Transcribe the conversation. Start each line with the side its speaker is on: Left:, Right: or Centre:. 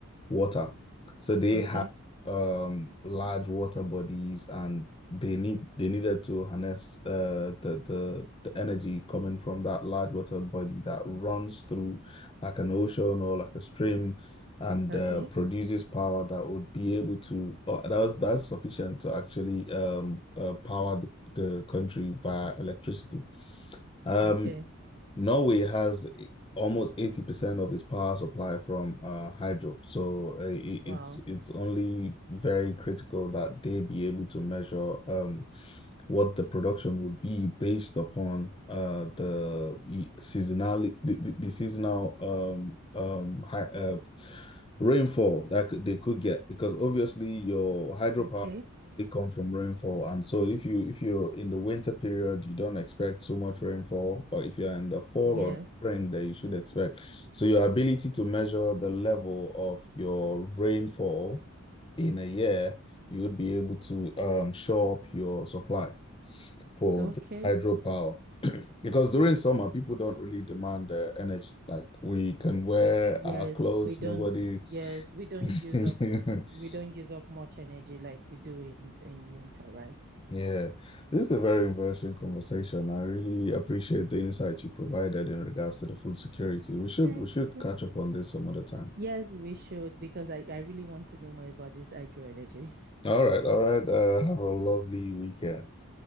Left: water. So they
Right: Okay.
Left: have um, large water bodies, and they need they needed to harness uh, the, the the energy coming from that large water body that runs through like an ocean or like a stream and
Right: Okay.
Left: uh, produces power that would be able to uh, that was that's sufficient to actually um uh, power the, the country via electricity. Um,
Right: Okay.
Left: Norway has almost 80% of its power supply from uh, hydro, so uh, it, it's
Right: Wow.
Left: it's only very critical that they be able to measure um what the production would be based upon uh the seasonality the, the, the seasonal um um hi, uh, rainfall that could, they could get because obviously your hydropower
Right: Okay.
Left: they come from rainfall and so if you if you're in the winter period you don't expect so much rainfall or if you're in the fall
Right: Yes.
Left: or spring that you should expect so your ability to measure the level of your rainfall in a year you would be able to um shore up your supply for
Right: Okay.
Left: the hydropower <clears throat> because during summer people don't really demand uh, energy like we can wear
Right: Yes,
Left: our clothes
Right: we don't.
Left: nobody
Right: Yes, we don't
Left: <laughs>
Right: use up we don't use up much energy like we do in in winter, right?
Left: Yeah, this is a very interesting conversation. I really appreciate the insight you provided in regards to the food security. We should
Right: Thank
Left: we should
Right: you.
Left: catch up on this some other time.
Right: Yes, we should because I I really want to know more about this hydro energy.
Left: All right, all right. Uh, have a lovely weekend.